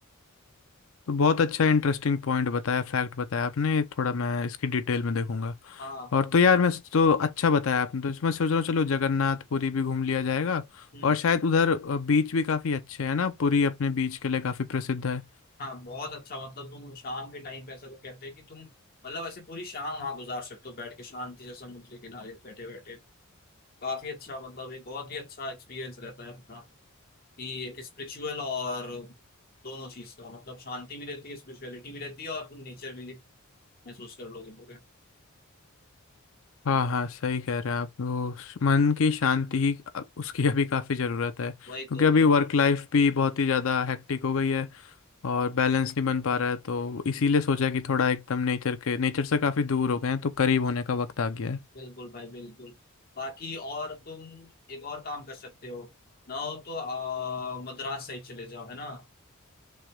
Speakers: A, on the left (about 65°); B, on the left (about 45°).
A: तो बहुत अच्छा इंटरेस्टिंग पॉइंट बताया फैक्ट बताया आपने ये थोड़ा मैं इसकी डिटेल में देखूंगा
B: हाँ
A: और तो यार मैं तो अच्छा बताया आपने तो इसमें सोच रहा हूँ चलो जगन्नाथपुरी भी घूम लिया जाएगा
B: हम्म
A: और शायद उधर बीच भी काफ़ी अच्छे हैं ना पुरी अपने बीच के लिए काफ़ी प्रसिद्ध है
B: हाँ बहुत अच्छा मतलब तुम शाम के टाइम पे ऐसा लोग कहते हैं कि तुम मतलब ऐसे पूरी शाम वहां गुजार सकते हो बैठ के शांति से समुद्र के किनारे बैठे बैठे काफी अच्छा मतलब एक बहुत ही अच्छा एक्सपीरियंस रहता है अपना कि स्पिरिचुअल और दोनों चीज का मतलब शांति भी रहती है स्पिरिचुअलिटी भी रहती है और तुम नेचर भी महसूस कर लोगे पूरे
A: हाँ हाँ सही कह रहे हैं आप वो श- मन की शांति ही अ- उसकी <laughs> अभी काफ़ी ज़रूरत है क्योंकि
B: वही तो
A: अभी
B: वही
A: वर्क
B: तो
A: लाइफ भी बहुत ही ज़्यादा हेक्टिक हो गई है और बैलेंस नहीं बन पा रहा है तो इसीलिए सोचा कि थोड़ा एकदम नेचर के नेचर से काफ़ी दूर हो गए हैं तो करीब होने का वक्त आ गया है
B: बिल्कुल भाई बिल्कुल बाकी और तुम एक और काम कर सकते हो ना हो तो आ, मद्रास साइड चले जाओ है ना